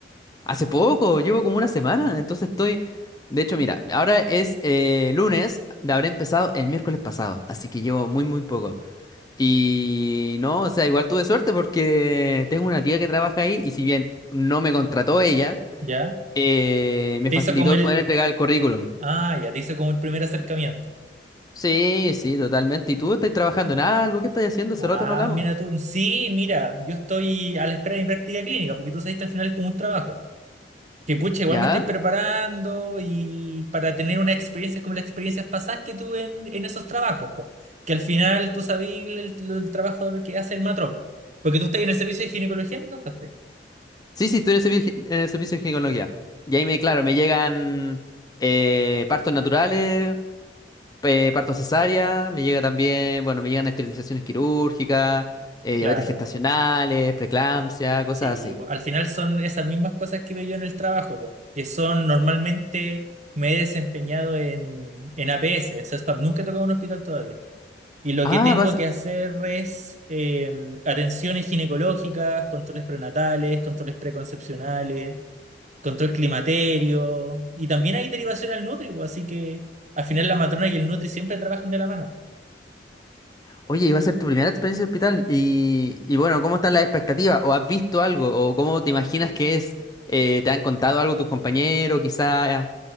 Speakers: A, on the left; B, on the right.
A: hace poco, llevo como una semana, entonces estoy... De hecho, mira, ahora es eh, lunes, habré empezado el miércoles pasado, así que llevo muy, muy poco. Y no, o sea, igual tuve suerte porque tengo una tía que trabaja ahí y si bien no me contrató ella,
B: Ya.
A: eh, me
B: Te
A: facilitó
B: hizo como el...
A: el poder entregar el currículum.
B: Ah, ya, te hizo como el primer acercamiento.
A: Sí, sí, totalmente. ¿Y tú estás trabajando en algo? ¿Qué estás haciendo? Hace
B: Ah,
A: rato no hablamos.
B: mira tú. Sí, mira, yo estoy a la espera de mi práctica clínica, porque tú sabes que al final es como un trabajo. Que pucha, igual
A: ¿Ya?
B: me estoy preparando y para tener unas experiencias como las experiencias pasadas que tuve en, en esos trabajos, po. Que al final tú sabías el, el trabajo que hace el matrón. Porque tú estás en el servicio de ginecología, ¿no? Pues, te-
A: Sí, sí, estoy en el servicio, en el servicio de ginecología. Y ahí me, claro, me llegan eh, partos naturales, eh, partos cesárea, me llega también, bueno, me llegan esterilizaciones quirúrgicas, eh, diabetes
B: Claro,
A: gestacionales, preeclampsia, cosas
B: sí,
A: así.
B: po. Al final son esas mismas cosas que veo yo en el trabajo, po. Que son normalmente me he desempeñado en, en APS, en SESPAM, nunca he tocado un hospital todavía. Y lo
A: Ah,
B: que tengo
A: vas,
B: que hacer es eh, atenciones ginecológicas, controles prenatales, controles preconcepcionales control climaterio, y también hay derivación al Nutri, pues, así que al final la matrona y el Nutri siempre trabajan de la mano.
A: Oye, iba a ser tu primera experiencia en hospital y, y bueno, ¿cómo están las expectativas? ¿O has visto algo? ¿O cómo te imaginas que es? Eh, ¿te han contado algo tus compañeros, quizás